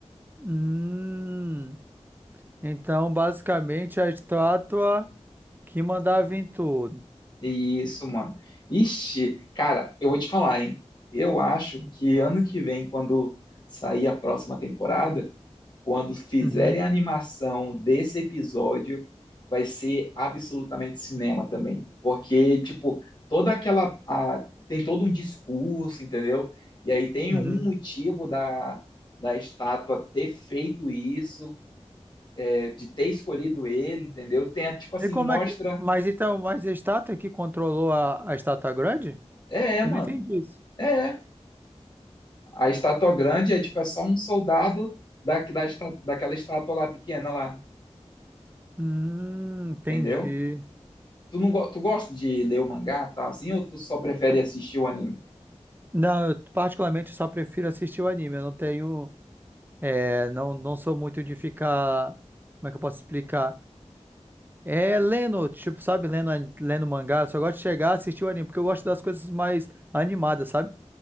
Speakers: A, on the right; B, on the left.
A: Hum, então, basicamente, a estátua que mandava em tudo.
B: Isso, mano. Ixi, cara, eu vou te falar, hein? Eu acho que ano que vem, quando sair a próxima temporada, quando fizerem
A: Uhum,
B: a animação desse episódio, vai ser absolutamente cinema também. Porque, tipo, toda aquela. a- tem todo um discurso, entendeu? E aí tem
A: uhum.
B: um motivo da, da estátua ter feito isso, é, de ter escolhido ele, entendeu? Tem, a- tipo assim,
A: E como
B: mostra.
A: é que. Mas então, mas a estátua que controlou a, a estátua grande?
B: É, é,
A: Eu
B: mano.
A: não entendi isso.
B: É, é. A estátua grande é tipo, é só um soldado da, da, esta- daquela estátua lá pequena lá,
A: Hum, entendi.
B: entendeu? Tu não go- tu gosta de ler o mangá, tá? Assim, ou tu só prefere assistir o anime?
A: Não, eu particularmente só prefiro assistir o anime. Eu não tenho. é, não, não sou muito de ficar. Como é que eu posso explicar? É lendo, tipo, sabe, lendo, an- lendo mangá, eu só gosto de chegar, assistir o anime, porque eu gosto das coisas mais animadas, sabe?